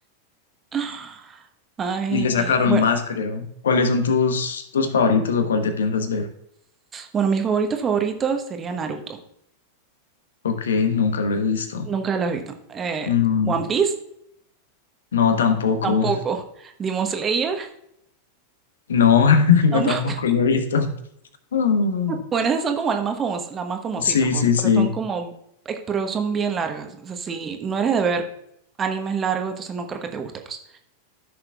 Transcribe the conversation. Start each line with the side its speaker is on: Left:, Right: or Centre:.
Right: <gasps> Ay,
Left: Y le sacaron
Right: bueno.
Left: más, creo. ¿Cuáles son tus, tus favoritos o cuál te piensas ver?
Right: Bueno, mis favoritos favoritos serían Naruto.
Left: Ok, nunca lo he visto.
Right: Nunca lo he visto. Eh,
Left: No,
Right: One Piece,
Left: no, tampoco.
Right: tampoco. Demon Slayer,
Left: No, <laughs>
Right: <laughs> tampoco.
Left: no, tampoco lo he visto. Mm.
Right: Bueno, esas son como las más famosas, las más famositas,
Left: Sí,
Right: jo,
Left: sí, sí.
Right: pero son como, eh, pero son bien largas. O sea, si no eres de ver animes largos, entonces no creo que te guste, pues.